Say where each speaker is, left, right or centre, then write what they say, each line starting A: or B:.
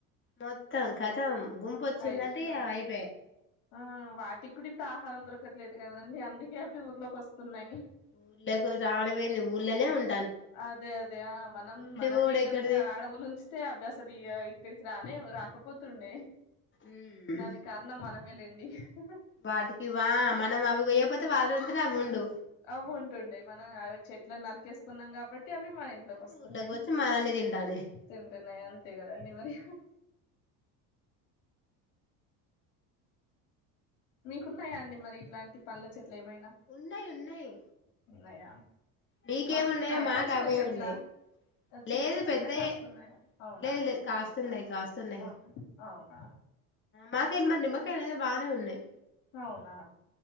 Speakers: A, on the left (about 30°); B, on the left (about 80°).
A: మొత్తం క త్తం గుంపు వచ్చిందంటే
B: అయ్యో
A: ఇగ అయిపే
B: ఆ వాటికి కూడా ఇప్పుడు ఆహారం దొరకట్లేదు కదండి అందుకే అవి ఊర్లోకి వస్తున్నాయి.
A: ఊళ్ళకు రావడంమేంది ఊళ్ళనే ఉం
B: అదే అదే ఆ మనం మనమే
A: కూడా
B: గనక
A: ఎక్కడిది
B: ఆడవులు ఉంచితే అవ్వే అసలు ఇ ఇక్కడికి రానే రా కపోత్ తుండే
A: ఉమ్
B: దానికి కారణం మనం లండి హ ఆ
A: వాటికి వా మనం అవి కొయ్యకపోతే వాళ్ళంతనే అవి ఉండు.
B: అవుంటుండే మనం వి చెట్లా నరికేస్తున్నాం కాబ టి అవి మన ఇంట్లోకి
A: అవి
B: వస్తున్నాయి
A: ఊర్లోకి వచ్చి మననే తింటాన్నాయి
B: తింటున్నాయి అంతే కదండి మరి హ మీకు ఉన్నాయా అండి మరి ఇట్లాంటి పండ్ల చెట్ ట్లు ఏమైనా
A: ఉన్నాయి ఉన్నాయి
B: ఉన్నాయా
A: మీకేమున్నాయో
B: కాస్తున్నాయా
A: మాకు
B: చిన్న
A: అవే
B: చెట్ల
A: ఉన్నాయి
B: చిన్న
A: లేదు
B: చెట్లెనా
A: పెద్దయే
B: కాస్తున్నాయా అవునా
A: లేదు లేదు కాస్తున్నాయ్ కాస్తున్నాయ్
B: ఆ అవునా
A: మాకెళ మరి నిమ్మ కదు ఏదో బానె ఉన్నాయి.
B: అవునా